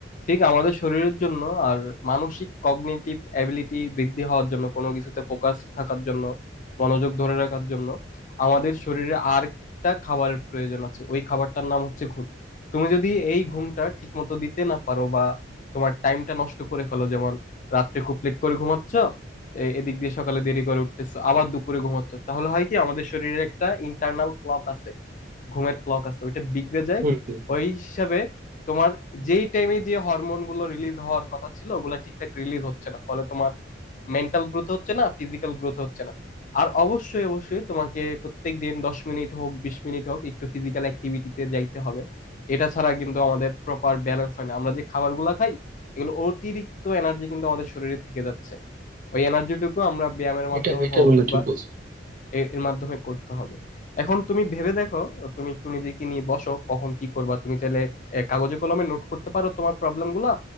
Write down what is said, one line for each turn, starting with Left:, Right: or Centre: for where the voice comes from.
Left: ঠিক আমাদের শরীরের জন্য আর মানসিক কগনিটিভ অ্যাবিলিটি বৃদ্ধি হওয়ার জন্য কোনো কিছুতে ফোকাস থাকার জন্য মনোযোগ ধরে রাখার জন্য আমাদের শরীরে আরেকটা খাবারের প্রয়োজন আছে ওই খাবারটার নাম হচ্ছে ঘুম তুমি যদি এই ঘুমটা ঠিক মতো দিতে না পারো বা তোমার টাইমটা নষ্ট করে ফেলো যেমন রাত্রে খুব লেট করে ঘুমাচ্ছ এ- এদিক দিয়ে সকালে দেরি করে উঠতেছো আবার দুপুরে ঘুমাচ্ছ তাহলে হয় কি আমাদের শরীরে একটা ইন্টারনাল ক্লক আছে ঘুমের ক্লক আছে ওইটা বিগড়ে যায়
Right: হম হম হম।
Left: ওই হিসাবে তোমার যেই টাইমে যে হরমোন গুলো রিলিজ হওয়ার কথা ছিল ওগুলো ঠিকঠাক রিলিজ হচ্ছে না ফলে তোমার মেন্টাল গ্রোথ হচ্ছে না ফিজিক্যাল গ্রোথ হচ্ছে না আর অবশ্যই অবশ্যই তোমাকে প্রত্যেক দিন দশ মিনিট হোক বিশ মিনিট হোক একটু ফিজিক্যাল অ্যাক্টিভিটিতে যাইতে হবে এটা ছাড়া কিন্তু আমাদের প্রপার ব্যালেন্স হয় না আমরা যে খাবারগুলো খাই এগুলো অতিরিক্ত এনার্জি কিন্তু আমাদের শরীরে থেকে যাচ্ছে ওই এনার্জিটুকু আমরা ব্যায়ামের মাধ্যমে
Right: এটা এটা
Left: হোক
Right: বন্ধু
Left: বা
Right: ঠিক বলছো
Left: এ- এর মাধ্যমে করতে হবে এখন তুমি ভেবে দেখো তুমি একটু নিজেকে নিয়ে বসো কখন কি করবা তুমি চাইলে এ, কাগজে কলমে নোট করতে পারো তোমার প্রবলেম গুলা